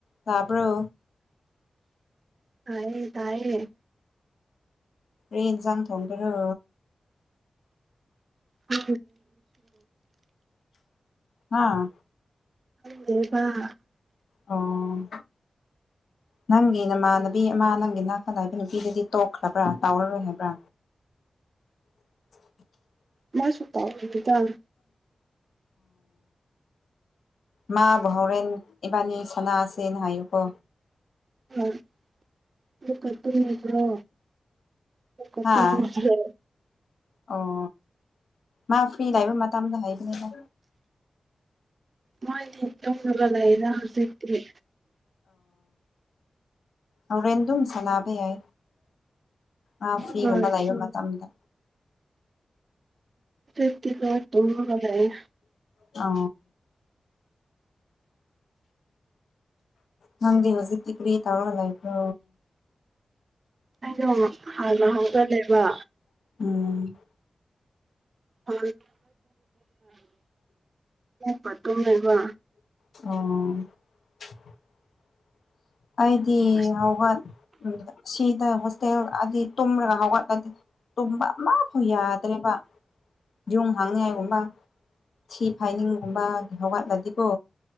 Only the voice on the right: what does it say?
ꯇ ꯇꯥꯏꯔꯦꯦ
ꯍ
<unintelligible>
ꯃꯥꯁꯨ ꯇꯥꯎꯗ
ꯍꯣꯏ ꯑꯃꯨꯛꯀ ꯇꯨꯝꯃꯕ꯭ꯔꯣ ꯑꯃꯨꯛꯀ
ꯇꯨꯝꯃꯕ꯭ꯔꯣ
ꯃꯥꯥꯏꯗꯤ ꯏ ꯂꯒꯗꯗ ꯍꯧꯖꯤꯦ ꯏꯦ
ꯍꯣꯏ
ꯁꯇꯀ ꯊꯦ
ꯑꯩꯅꯣ ꯍꯥꯟꯅ ꯍꯧꯔ ꯂꯩꯕ
ꯍ ꯄꯠꯇꯅꯦꯕ
ꯑꯁ